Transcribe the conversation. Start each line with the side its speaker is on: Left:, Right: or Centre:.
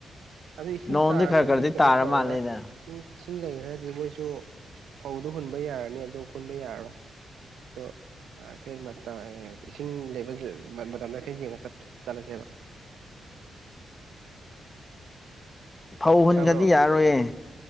Right: ꯑꯗꯨ ꯏꯁꯤꯡ
Left: ꯅꯣꯡꯗꯤ
Right: ꯇꯥꯒ꯭ꯔꯗꯤ
Left: ꯈꯔ ꯈꯔꯗꯤ
Right: ꯀꯩꯅꯣ
Left: ꯇꯥꯔ
Right: ꯇꯧꯔ
Left: ꯃꯥꯜꯂꯦꯗ
Right: ꯔꯣꯏ ꯏꯁꯤꯡ ꯏꯁꯤꯡ ꯂꯩꯈ꯭ꯔꯒꯗꯤ ꯃꯣꯏꯁꯨ ꯐꯧꯗꯣ ꯍꯨꯟꯕ ꯌꯥꯔꯅꯤ ꯑꯗꯨ ꯈꯨꯟꯕ ꯌꯥꯔꯔꯣꯏ ꯑꯗꯣ ꯐꯦ ꯏꯁꯤꯡ ꯂꯩꯕ ꯃꯇꯝꯗ ꯑꯩꯐꯦꯠ ꯌꯦꯡꯉꯒ ꯆꯠꯂꯁꯦꯕ
Left: <inaudible> ꯐꯧ ꯍꯨꯟꯒ꯭ꯔꯗꯤ
Right: ꯇꯥꯕ꯭ꯔꯣ
Left: ꯌꯥꯔꯣꯏꯌꯦꯦ